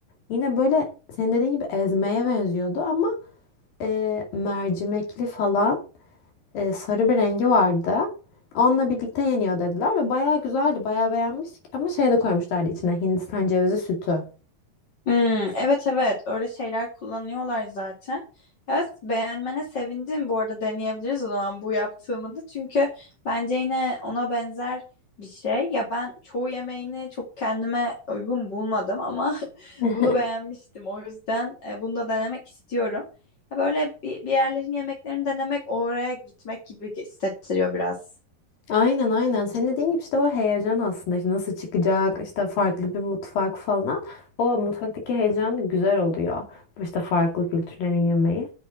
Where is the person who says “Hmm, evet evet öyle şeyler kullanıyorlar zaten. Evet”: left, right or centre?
Left